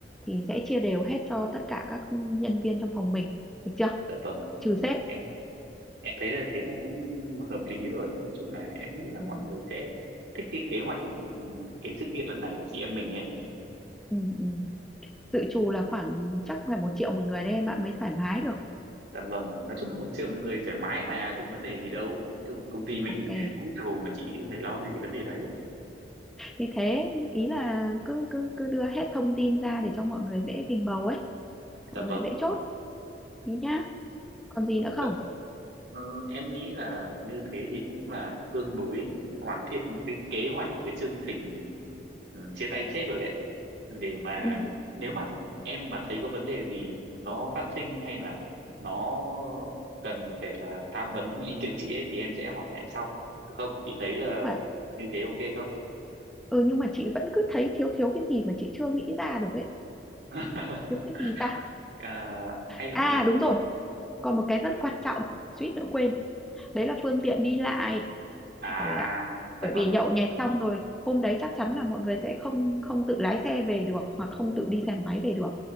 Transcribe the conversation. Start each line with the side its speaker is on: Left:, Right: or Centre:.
Centre: thì sẽ chia đều hết cho tất cả các nhân viên trong phòng mình được chưa
Right: dạ vâng
Centre: trừ sếp <laughs>
Right: em em thấy là thế là cũng hợp lý rồi nói chung là em nghĩ là
Centre: ừ,
Right: mọi người sẽ thích cái kế hoạch ừm, cái sự kiện lần này của chị em mình ấy
Centre: ừ, ừ. dự trù là khoảng chắc phải một triệu một người đấy em ạ mới thoải mái được
Right: dạ vâng nói chung là một triệu một người thoải mái mà không vấn đề gì đâu nói chung là công ty mình
Centre: ok
Right: <laughs> cũng giàu mà chị phải lo gì vấn đề đấy
Centre: thì thế ý là cứ cứ cứ đưa hết thông tin ra để cho mọi người dễ bình bầu ấy mọi
Right: dạ
Centre: người
Right: vâng
Centre: dễ chốt ý nhá còn gì nữa không
Right: Đ- Ờ, em nghĩ là như thế thì cũng là tương đối hoàn thiện một cái kế hoạch một cái chương trình ừ, chia tay sếp rồi đấy để mà
Centre: ừ.
Right: nếu mà em mà thấy có vấn đề gì nó phát sinh hay là nó cần phải là tham vấn ý kiến chị ấy thì em sẽ hỏi lại sau được không chị thấy là
Centre: nhưng mà
Right: như thế ok không
Centre: ừ nhưng mà chị vẫn cứ thấy thiếu thiếu cái gì mà chị chưa nghĩ ra được ấy
Right: <laughs>
Centre: thiếu cái gì ta
Right: à, hay là
Centre: à đúng rồi còn một cái rất quan trọng suýt nữa quên đấy là phương tiện đi lại
Right: à
Centre: trời
Right: dạ
Centre: bởi
Right: vâng
Centre: vì nhậu nhẹt xong rồi hôm đấy chắc chắn là mọi người sẽ không không tự lái xe về được hoặc không tự đi xe máy về được